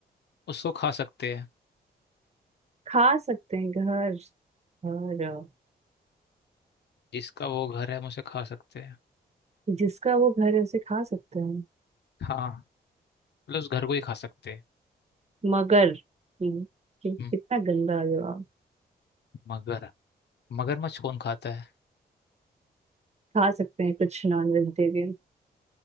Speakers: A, on the left; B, on the right.
A: उसको खा सकते हैं
B: खा सकते हैं घर और
A: जिसका वो घर है हम उसे खा सकते हैं
B: जिसका वो घर है उसे खा सकते हैं
A: हाँ मतलब उस घर को ही खा सकते हैं
B: मगर हम्म, कि-
A: म-
B: कितना गंदा जवाब
A: मगर मगरमच्छ कौन खाता है
B: खा सकते हैं कुछ नॉन वेजिटेरियन